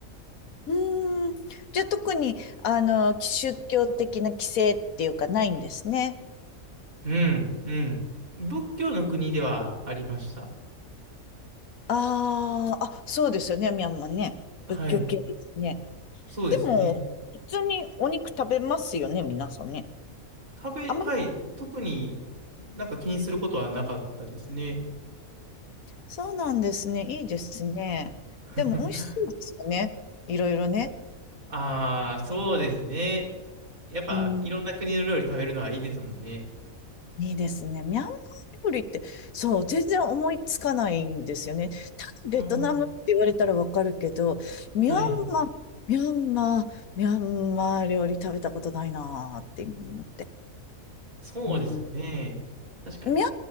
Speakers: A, on the left (about 80°); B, on the right (about 80°).
A: うーん。じゃあ特に、あの、宗教的な規制っていうかないんですね。
B: うん、うん。仏教の国ではありました。
A: ああ、あ、そうですよね、ミャンマーね。
B: はい。
A: 仏教系ですね。
B: そうですね。
A: でも、普通にお肉食べますよね、皆さんね。
B: 食べ、
A: あまり。
B: はい。特になんか気にすることはなかったですね。
A: そうなんですね。いいですね。
B: <laughs>
A: でも美味しそうですよね。いろいろね。
B: ああ、そうですね。やっぱ、
A: うん。
B: いろんな国の料理食べるのはいいですもんね。
A: いいですね。ミャンマー料理って、そう、全然思いつかないんですよね。タイベトナムって言われたらわかるけど、
B: うん。
A: ミャンマー、
B: はい。
A: ミャンマー、ミャンマー料理食べたことないなーって今思って。
B: そうですよね。
A: うん、
B: 確かに。
A: ミャ